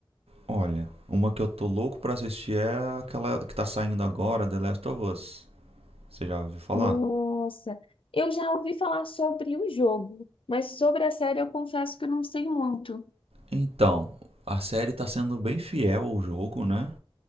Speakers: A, on the right; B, on the left.
A: Olha, uma que eu tô louco pra assistir é aquela que tá saindo agora, The Last of Us. Você já ouviu falar?
B: Nossa, eu já ouvi falar sobre o jogo, mas sobre a série eu confesso que eu não sei muito.
A: Então, a série tá sendo bem fiel ao jogo, né?